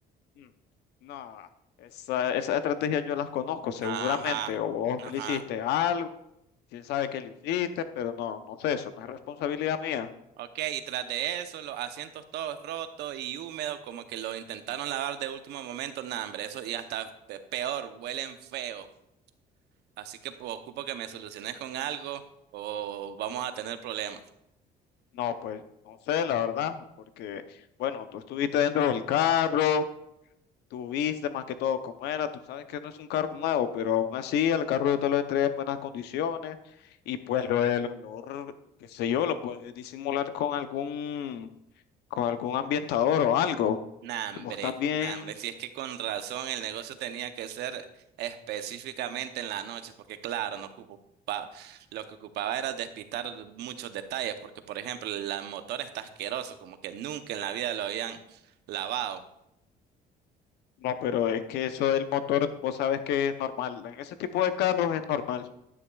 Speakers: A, on the left; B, on the right.
A: Mm, No, esa, esa estrategia yo las conozco seguramente,
B: Ajá,
A: o vos
B: ajá.
A: le hiciste algo, quién sabe qué le hiciste, pero no, no sé, eso no es responsabilidad mía.
B: Okay, y tras de eso, los asientos todos rotos y húmedos, como que lo intentaron lavar de último momento, nah, hombre, eso y hasta pe- peor, huelen feo. Así que pues, ocupo que me soluciones con algo o vamos a tener problemas.
A: No, pues no sé, la verdad, porque, bueno, tú estuviste dentro del carro. Tú viste más que todo cómo era, tú sabes que no es un carro nuevo, pero aún así el carro yo te lo entregué en buenas condiciones y pues lo del olor, qué sé yo, lo puedes disimular con algún, con algún ambientador o algo.
B: Nah, hombre,
A: Vos también,
B: nah, hombre, si es que con razón el negocio tenía que ser específicamente en la noche, porque claro, no ocupaba, lo que ocupaba era despistar muchos detalles, porque por ejemplo, el motor está asqueroso, como que nunca en la vida lo habían lavado.
A: no, pero es que eso del motor, vos sabes que es normal, en ese tipo de carros es normal.